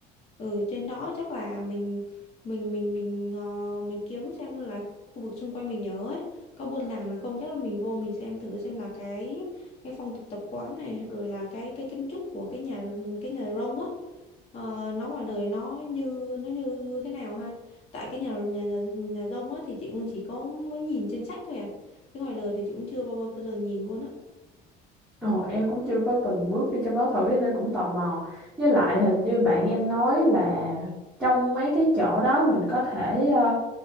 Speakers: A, on the left; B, in the centre.
A: Ừ, trên đó chắc là mình mình mình mình ờ, mình kiếm xem là khu vực xung quanh mình nhớ ấy có buôn làng nào không chắc là mình vô mình xem thử xem là cái cái phong tục tập quán này rồi là cái cái kiến trúc của cái nhà cái nhà rông á ờ, nó ngoài đời nó như nó như thế nào ha tại cái nhà nhà nhà nhà rông á thì chị cũng chỉ có mới nhìn trên sách thôi à chứ ngoài đời thì chị cũng chưa bao bao giờ nhìn luôn á
B: Ồ, em cũng chưa có từng bước vô trong đó thử cho nên cũng tò mò với lại hình như bạn em nói là trong mấy cái chỗ đó mình có thể ờ,